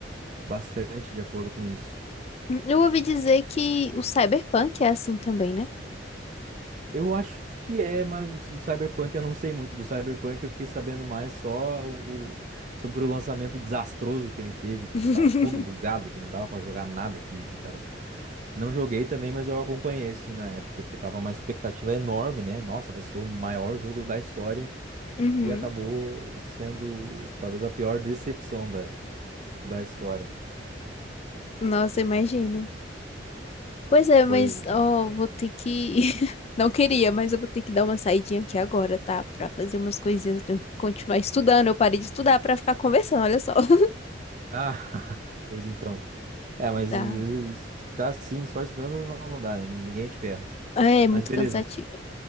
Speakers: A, on the right; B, on the left.
A: bastante de acordo com isso.
B: Hum, Eu ouvi dizer que o cyberpunk é assim também, né?
A: Eu acho que é, mas do Cyberpunk eu não sei muito. Do Cyberpunk eu fiquei sabendo mais só o, sobre o lançamento desastroso que ele teve, que
B: <laughs>
A: tava todo bugado, que não dava pra jogar nada, que, que tava... Não joguei também, mas eu acompanhei assim na época, porque tava uma expectativa enorme, né? Nossa, vai ser o maior jogo da história
B: Uhum.
A: e acabou sendo talvez a pior decepção da, da história.
B: Nossa, imagino. Pois é,
A: Pois
B: mas ó,
A: é.
B: vou ter que. <laughs> Não queria, mas eu vou ter que dar uma saidinha aqui agora, tá? Pra fazer umas coisinhas. Eu Tenho que continuar estudando. Eu parei de estudar pra ficar conversando, olha só. <laughs>
A: Ah, <laughs> pois então. É, mas
B: Tá.
A: eh, se ficar assim, só estudando não, não dá, né? Ninguém é de ferro.
B: É muito
A: Mas beleza.
B: cansativo.